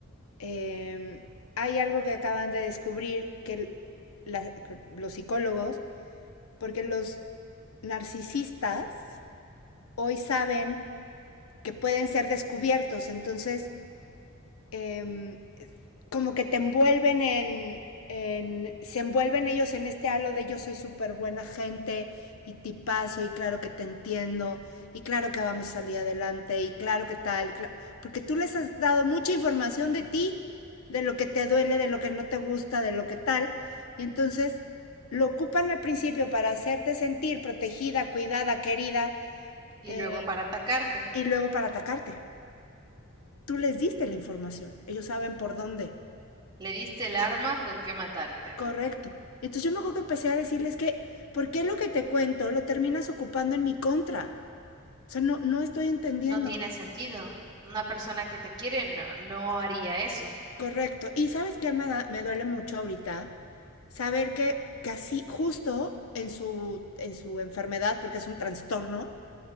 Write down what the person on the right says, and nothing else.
y
luego para atacarte,
le diste el arma con que matarte.
No tiene sentido. Una persona que te quiere no, no haría eso,